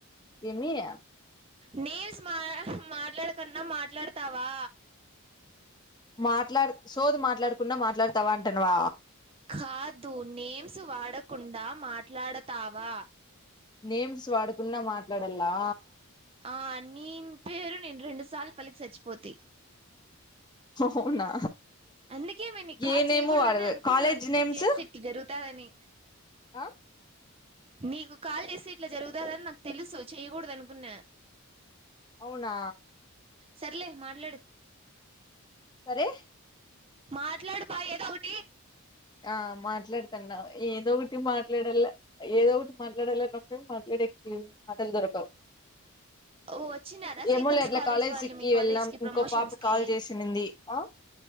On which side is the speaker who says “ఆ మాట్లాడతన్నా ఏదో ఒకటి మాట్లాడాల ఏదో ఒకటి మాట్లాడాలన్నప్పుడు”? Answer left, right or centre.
Left